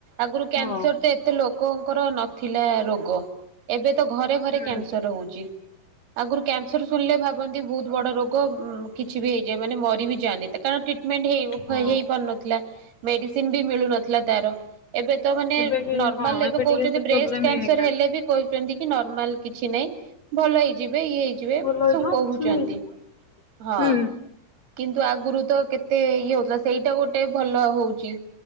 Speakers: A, on the right (about 80°); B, on the left (about 55°).
A: ଆଗରୁ କ୍ୟାନ୍ସର୍
B: ହଁ
A: ତେ ଏତେ ଲୋକଙ୍କର ନଥିଲା ରୋଗ। ଏବେ ତ ଘରେ ଘରେ
B: ହୁଁ
A: କ୍ୟାନ୍ସର ହୋଉଚି ଆଗରୁ କ୍ୟାନ୍ସର ଶୁଣିଲେ ଭାବ୍ କୁହନ୍ତି ଭୋହୁତ ବଡ଼ ରୋଗ ଉଁ କିଛି ବି ହେଇଯାଏ ମାନେ ମରିବି ଯାଆନ୍ତି ତା କାରଣ ଟ୍ରିଟମେଣ୍ଟ ହେଇବୁ ହୋଏ
B: ହଁ
A: ହେଇପାରୁନଥିଲା ମେଡ଼ିସିନ୍ବବି ମିଳୁନଥିଲା ତାର। ଏବେ ତ ମାନେ
B: ଏବେ କି
A: ନର୍ମାଲେ
B: ହଁ
A: ଏବେ କହୁଛନ୍ତି
B: ଟିକେ ସେ
A: ବ୍ରେଷ୍ଟ
B: ପ୍ରୋବ୍ଲେମ
A: କ୍ୟାନସର୍
B: ଇଏ ହେଇଗଲାଣି।
A: ହେଲେବି କୋଉ କେମ୍ଦିକି ନରମାଲ କିଛି ନାଇ ଭଲ ହେଇଯିବେ ଇଏ ହେଇଯିବେ
B: ଭଲ ହେଇଯିବ
A: ସୁବୁ
B: ଅପରେସନ
A: କହୁଚନ୍ତି
B: ହେଇଯିବ।
A: ହଁ।
B: ହୁଁ
A: କିନ୍ତୁ ଆଗୁରୁ ତ କେତେ ଇଏ ହଉଥିଲା ସେଇଟା ଗୋଟେ ଭଲ ହଉଚି।